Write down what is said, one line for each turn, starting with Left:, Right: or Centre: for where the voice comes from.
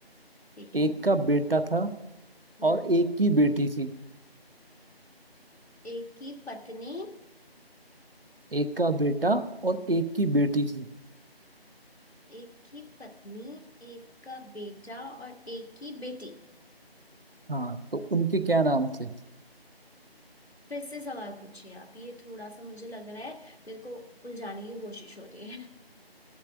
Left: ठीक
Right: एक
Left: है
Right: का बेटा था
Left: हम्म
Right: और एक की बेटी थी
Left: एक की पत्नी
Right: एक का बेटा और एक की बेटी थी
Left: एक की पत्नी एक का बेटा और एक की बेटी
Right: हाँ तो उनके क्या नाम थे
Left: फिर से सवाल पूछिए आप ये थोड़ा सा मुझे लग रहा है मेरे को उलझाने की कोशिश हो रही है